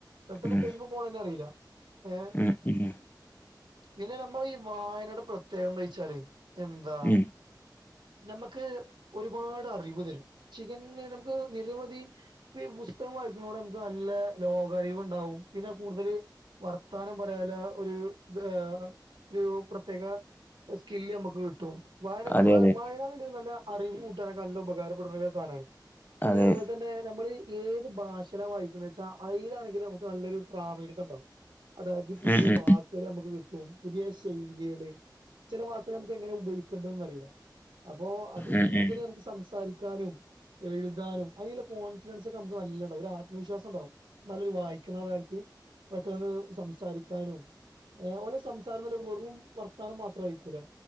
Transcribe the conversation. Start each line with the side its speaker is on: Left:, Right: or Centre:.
Right: പെട്ടെന്ന്
Left: ഉം
Right: ടൈമ് പോണേന്നെ അറീല്ല ഏ എ
Left: ഉം ഉം
Right: പിന്നെ ഞമ്മളെ ഈ വായനയുടെ പ്രത്യേകത്നെയ്ച്ചാല് എന്താ
Left: ഉം
Right: ഞമക്ക് ഒരുപാട് അറിവ് തെരും ചികന്നെ നമക്ക് നിരവധി ഇപ്പീ പുസ്തകം വായിക്കുന്നോടെ നമക്ക് നല്ല ലോക അറിവുണ്ടാവും പിന്നെ കൂടുതല് വർത്താനം പറയാല ഒരു ത്അ ആ ഒരു പ്രത്യേക സ്കില്ല് ഞമക്ക് കിട്ടും വായനക്കു
Left: അതെ
Right: ആ
Left: അതെ
Right: വായനാണ്ടി നല്ല അറിവൂട്ടാനൊക്കെ നല്ല ഉപകാരപ്പെടുന്ന സാനാണ്
Left: അതെ
Right: പിന്നെ അവുപോലെ തന്നെ ഞമ്മള് ഏത് ഭാഷയില വായിക്ക്ണേച്ചാ അയിനാണെങ്കിലും ഞമക്ക് നല്ലൊരു പ്രാമീണിതണ്ടാവും അതാക്കി പുതിയ
Left: ഉം ഉം
Right: വാ ക്കിലേനമുക്ക് കിട്ടും പുതിയ ശൈലികള് ചെല വാക്കുകൾ നമക്ക് എങ്ങനെ ഉപയോഗിക്കെണ്ടെന്നറീല്ല അപ്പോ അത്
Left: ഉം
Right: കൂടുതല്
Left: ഉം
Right: ഞമക്ക് സംസാരിക്കാനും എഴുതാനും അയില്ലെ കോൺഫിഡൻസൊക്കെ നമക്ക് നല്ലണ്ടാകും ഒരു ആത്മവിശ്വാസംണ്ടാവും നല്ല് ര് വായിക്ക്ണവര്ക് പെട്ടെന്ന് സംസാരിക്കാനും ഏ ഓല് സംസാരണത് വെറും വർത്താനം മാത്രം ആയിക്കൂലെ